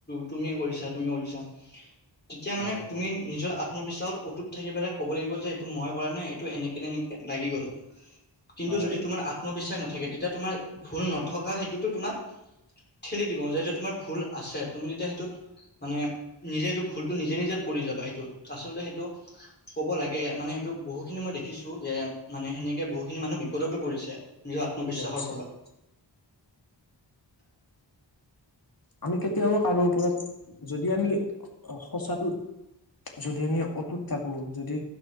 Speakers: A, on the left; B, on the left.
A: তুমি কৰিছা, তুমি কৰিছা, তেতিয়া মানে
B: হয়
A: তুমি নিজৰ আ্ম আত্মবিশ্বাসত অটুত থাকি পেলাই ক'ব লাগিব, যে এইটো মই কৰা নাই এইটো এনেকে তেনেকে লাগি গ'ল। কিন্তু
B: হয়
A: যদি তোমাৰ আত্মবিশ্বাস নাথাকে। তেতিয়া তোমাৰ ভুল নথকা সেইটোতো তোমাৰ ঠেলি দিব যে যেতিয়া তোমাৰ ভুল আছে। তুমি যেতিয়া সেইটোত মানে নিজে এইটো ভুলতটো নিজে নিজে পৰি যাবা। সেইটোত আচলতে সেইটো ক'ব লাগে। মানে সেইটোক বহু খিনি মই দেখিছো, যে মানে সেনেকে বহু খিনি মানুহ বিপদতো পৰিছে। নিজৰ আত্মবিশ্বাসৰ
B: কৰিছে
A: ফলত
B: আমি কেতিয়াও কাৰো ওপৰত যদি আমি সচাটো যদি আমি অটুত থাকো। যদি